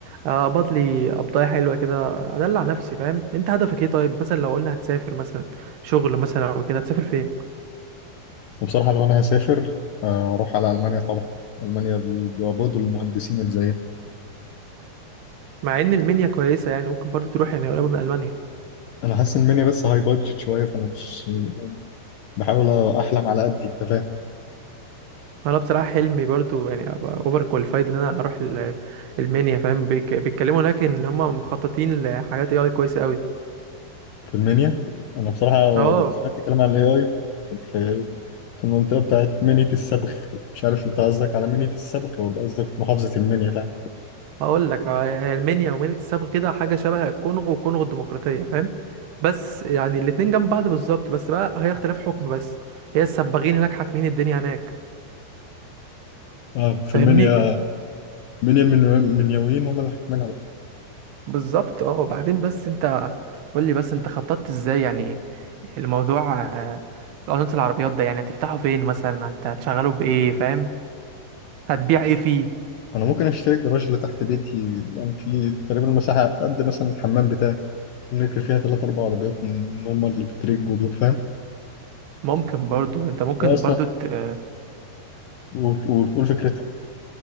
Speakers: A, on the right; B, on the left.
A: آه، اقبض لي قبضايه حلوه كده ادلع نفسي فاهم انت هدفك ايه طيب مثلا لو قلنا هتسافر مثلا شغل مثلا او كده هتسافر فين
B: وبصراحة لو انا هسافر آه، اروح على المانيا طبعا المانيا بي- بيعبدوا المهندسين اللي زينا
A: مع ان المنيا كويسه يعني ممكن برضو تروح يعني قريبه من المانيا
B: انا حاسس ان المانيا بس هاي بادجت شويه فانا مش بحاول احلم على قد انت فاهم
A: انا بصراحه حلمي برضو يعني ابقى اوفر كواليفايد ان انا اروح ال- المنيا فاهم بيك- بيتكلموا هناك ان هم مخططين لحاجات اي اي كويسه قوي
B: في المنيا انا بصراحه
A: اه
B: لما سمعت كلام عن الاي اي كنت كنت في في المنطقه بتاعت منيا الصبغ مش عارف انت قصدك على منيا الصبغ ولا قصدك محافظه المنيا فعلا
A: هقول لك آه، هي المنيا ومنيا السبق كده حاجه شبه الكونغو والكونغو الديمقراطيه فاهم بس يعني الاتنين جنب بعض بالظبط بس بقى هي اختلاف حكم بس هي السباغين هناك حاكمين الدنيا هناك
B: اه في
A: فاهمني
B: المنيا منيا المنيويين هم اللي حاكمينها بقى
A: بالظبط اه وبعدين بس انت قول لي بس انت خططت ازاي يعني الموضوع آه، اجنس العربيات ده يعني هتفتحه فين مثلا هت- هتشغله بايه فاهم هتبيع ايه فيه
B: انا ممكن اشتري الجراج اللي تحت بيتي يعني في تقريبا مساحه قد مثلا الحمام بتاعي نركب فيها ثلاث اربع عربيات من هم اللي بتريقوا دول فاهم
A: ممكن برضو انت ممكن
B: واصلا
A: برضو ت... آه،
B: قول قول قول فكرتك